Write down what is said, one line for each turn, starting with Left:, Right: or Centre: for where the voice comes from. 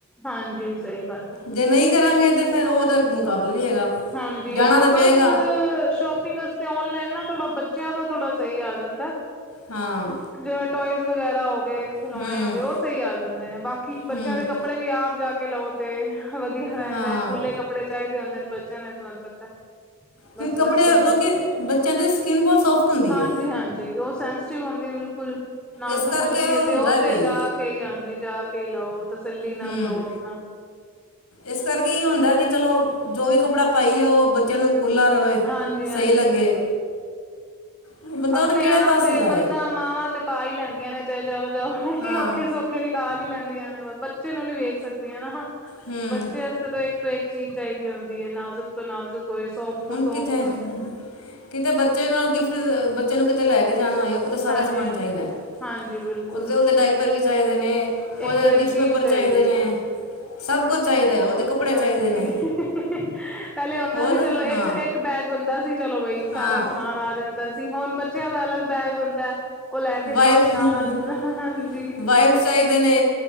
Centre: ਹਾਂਜੀ ਸਹੀ ਗੱਲ ਹੈ
Left: ਜੇ ਨਹੀਂ ਕਰਾਂਗੇ ਤਾਂ, ਫਿਰ ਉਹਦਾ ਮੁਕਾਬਲਾ ਨਹੀਂ ਹੈਗਾ।
Centre: ਹਾਂਜੀ
Left: ਜਾਣਾ ਤਾਂ ਪਏਗਾ
Centre: ਬਸ ਸ਼ੋਪਿੰਗ ਵਾਸਤੇ ਓਲਾਈਨ ਨਾ ਤੁਹਡਾ ਬੱਚਿਆਂ ਦਾ ਥੋੜ੍ਹਾ ਸਹੀ ਆ ਜਾਂਦਾ।
Left: ਹਾਂ
Centre: ਜਿਵੇਂ ਟੋਇਜ਼ ਵਗੈਰਾ ਹੋ ਗਏ। ਖਿਲੋਣੇ
Left: ਹੂੰ,
Centre: ਹੋ ਗਏ ਉਹ ਸਹੀ ਆ ਜਾਂਦੇ ਨੇ ਬਾਕੀ ਬੱਚਿਆਂ
Left: ਹੂੰ,
Centre: ਦੇ ਕੱਪੜੇ, ਕੱਪੜੇ ਵੀ ਆਪ ਜਾ, ਕੇ ਲਓ ਤੇ ਵਧੀਆ ਰਹਿੰਦਾ।
Left: ਹਾਂ।
Centre: ਕੂਲੇ ਕੱਪੜੇ ਚਾਹੀਦੇ ਹੁੰਦੇ ਨੇ ਬੱਚ ਤੁਹਾਨੂੰ ਕਿਵੇਂ ਪਤਾ
Left: ਕਿ
Centre: ਬਸ
Left: ਕੱਪੜੇ
Centre: ਅੱਜ-ਕਲ
Left: ਕਿਉਂਕਿ ਬੱਚਿਆਂ ਦੀ ਸਕਿੰਨ ਬਹੁਤ ਸੋਫਟ ਹੁੰਦੀ
Centre: ਹਾਂਜੀ-ਹਾਂਜੀ
Left: ਹੈ।
Centre: ਉਹ ਸੈਂ ਆਉਦੀ ਬਿਲਕੁਲ ਨਾਜ਼ੁਕ
Left: ਇਸ ਕਰਕੇ
Centre: ਹੁੰਦੀ ਹੈ
Left: ਹੁੰਦਾ
Centre: ਤੇ ਉਹ ਤੇ
Left: ਬਈ
Centre: ਜਾ, ਕੇ ਕਈ ਜਾ ਕੇ ਲਓ ਤਸੱਲੀ ਨਾਲ
Left: ਹੂੰ।
Centre: ਲਓ ਆਪਣਾ
Left: ਇਸ ਕਰਕੇ ਇਹ ਹੁੰਦਾ ਹੈ। ਕਿ ਚਲੋ ਜੋ, ਵੀ ਕੱਪੜਾ ਪਾਈਏ ਉਹ ਬੱਚਿਆਂ ਨੂੰ ਖੁੱਲਾ ਰਵੇ
Centre: ਹਾਂਜੀ-ਹਾਂਜੀ
Left: ਸਹੀ ਲੱਗੇ
Centre: ਬਿਲਕੁਲ
Left: ਬੰਦਾ
Centre: ਆਪਣੇ
Left: ਹੁਣ ਕਿਹੜੇ
Centre: ਆਪ
Left: ਪਾਸੇ
Centre: ਤੇ,
Left: ਜਾਏ
Centre: ਬੰਦਾ ਮਾਵਾਂ ਤੇ ਪਾ, ਹੀ ਲੈਂਦੀਆਂ ਨੇ ਚਾਹੇ ਜਾਓ, ਜਾਓ
Left: ਹਾਂ
Centre: ਇਹ ਔਖੇ-ਸੌਖੇ ਪੱਖੇ ਨਿਕਾਲ ਹੀ ਲੈਂਦੀਆਂ ਨੇ, ਬੱਚੇ ਨੂੰ ਨੀ ਵੇਖ ਸਕਦੀਆਂ।
Left: ਹੂੰ
Centre: ਬੱਚੇ ਇੱਕ ਤੋਂ ਇੱਕ ਚੀਜ਼ ਚਾਹੀਦੀ ਹੁੰਦੀ ਹੈ। ਨਾਜ਼ੁਕ ਤੋਂ ਨਾਜ਼ੁਕ ਹੋਏ ਸੋਫਟ ਤੋਂ
Left: ਹੁਣ
Centre: ਸੋਫਟ
Left: ਕਿਥੇ
Centre: ਹੋਏ
Left: ਕਿਤੇ ਬੱਚੇ ਨਾਲ ਗਿਫਟ ਬੱਚੇ ਨੂੰ ਕਿਤੇ ਲੈ, ਕੇ ਜਾਣਾ ਹੋਏ ਉਹ ਤਾਂ ਸਾਰਾ
Centre: ਹਾਂਜੀ
Left: ਸਮਾਨ
Centre: ਹਾਂਜੀ
Left: ਚਾਹੀਦਾ।
Centre: ਹਾਂਜੀ ਬਿਲਕੁਲ
Left: ਉਹਦੇ-ਉਹਦੇ ਡਾਇਪਰ ਵੀ, ਚਾਹੀਦੇ ਨੇ
Centre: ਇੱਕ
Left: ਉਹਦੇ
Centre: ਤੋਂ ਇੱਕ
Left: ਟਿਸ਼ੂ
Centre: ਚੀਜ਼
Left: ਪੇਪਰ
Centre: ਚਾਹੀਦੀ
Left: ਚਾਹੀਦੇ ਨੇ
Centre: ਹੈ
Left: ਸਭ ਕੁਛ ਚਾਹੀਦਾ। ਉਹਦੇ ਕੱਪੜੇ
Centre: ਹਾਂਜੀ
Left: ਚਾਹੀਦੇ ਨੇ
Centre: ਪਹਿਲੇ ਆਉਂਦਾ
Left: ਹੋਰ
Centre: ਸੀ ਚਲੋ
Left: ਹਾਂ
Centre: ਇੱਕ ਇੱਕ ਬੈਗ ਬੰਦਾ ਸੀ ਚਲੋ, ਬਾਈ
Left: ਹਾਂ
Centre: ਸਾਰਾ ਸਮਾਨ ਆ ਜਾਂਦਾ ਸੀ। ਹੁਣ ਬੱਚਿਆਂ ਦਾ ਅਲੱਗ ਬੈਗ ਬੰ ਉਹ ਲੈ, ਕੇ
Left: ਵਾਈਫ
Centre: ਜਾਓ ਨਾਲ ਹਾਂਜੀ
Left: ਵਾਈਫ ਚਾਹੀਦੇ ਨੇ